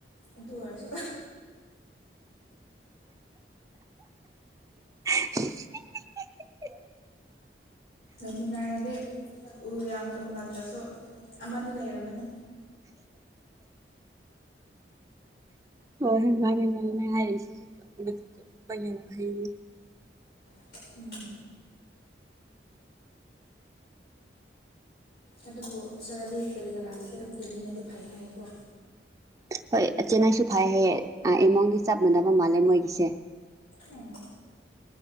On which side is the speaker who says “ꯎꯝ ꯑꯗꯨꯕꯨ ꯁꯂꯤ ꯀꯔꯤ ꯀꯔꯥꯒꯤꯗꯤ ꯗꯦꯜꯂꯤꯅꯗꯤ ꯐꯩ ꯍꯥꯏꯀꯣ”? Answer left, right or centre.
Left